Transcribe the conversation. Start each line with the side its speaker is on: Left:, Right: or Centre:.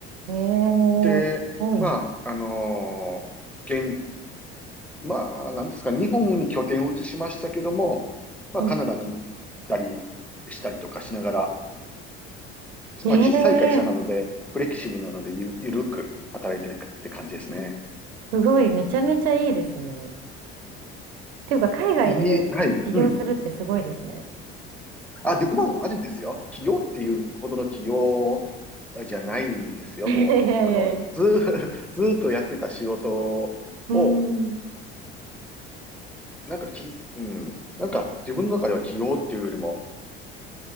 Right: えー、
Centre: で、
Right: すごいな。
Centre: まあ、あのー現、まあ、なんですか、日本に拠点を移しましたけども、まあ、
Right: うん。
Centre: カナダに行ったりしたりとかしながら、
Right: ねえ
Centre: まあ、小さい会社なので、フレキシブルなのでゆ、ゆるく働いてるって感じですね。
Right: すごい、めちゃめちゃいいですね。っていうか、海外で起業するってすごいですね。
Centre: いい、はい、うん。あ、でも、あれですよ。企業っていうほどの企業じゃないですよ、
Right: <laughs> いやいやいや。
Centre: もう。あの、ずー、<laughs> ずーっとやってた仕事を、
Right: うん。
Centre: なんかき、うん、なんか自分の中では起業っていうよりも、